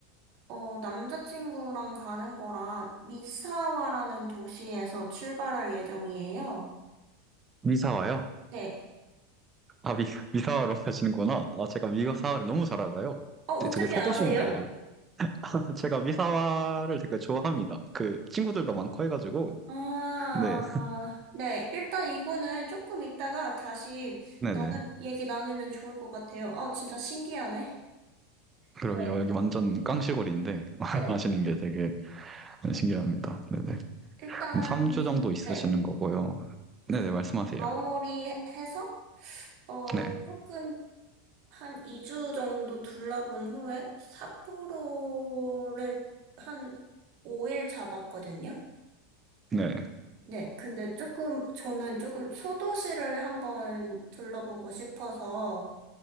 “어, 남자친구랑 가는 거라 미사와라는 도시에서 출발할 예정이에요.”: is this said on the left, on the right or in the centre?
Right